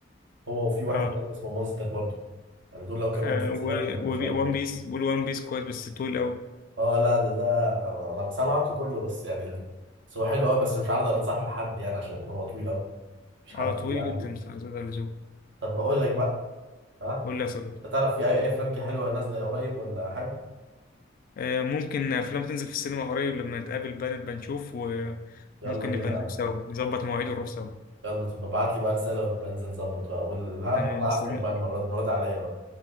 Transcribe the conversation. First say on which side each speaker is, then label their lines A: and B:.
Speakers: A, on the right (about 75°); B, on the left (about 50°).
A: هو وفي واحد
B: آه,
A: تاني اسمه مونستر برضه يعني دول لو كانوا
B: آه
A: مسلسلات
B: وون
A: كانوا ما شاء الله
B: بيس بقول وان بيس كويس بس طويل أوي
A: اه لا ده ده انا أنا سمعته كله بس يعني ال- بس هو حلو قوي بس مش عارض انصحه لحد يعني عشان هو طويل قوي مش حد
B: آه طويل
A: بيه عنده
B: جدا فزاد عن اللزوم
A: طب بقول لك بقى ها
B: قول لي يا صديقي
A: انت تعرف في اي أي افلام جه حلوه نازله قريب ولا حاجه
B: آه ممكن أفلام تنزل في السينما قريب لما نتقابل بقى نبقى نشوف وممكن
A: يلا بينا
B: نبقى
A: يا
B: نروح
A: عم
B: سوا نظبط مواعيد ونروح سوا
A: يلا تبقى ابعت لي بقى رساله ونبقى ننزل نظبط بقى اقول ها
B: أنا
A: وانا
B: مستني
A: عازمك بقى المره دي المره دي عليا بقى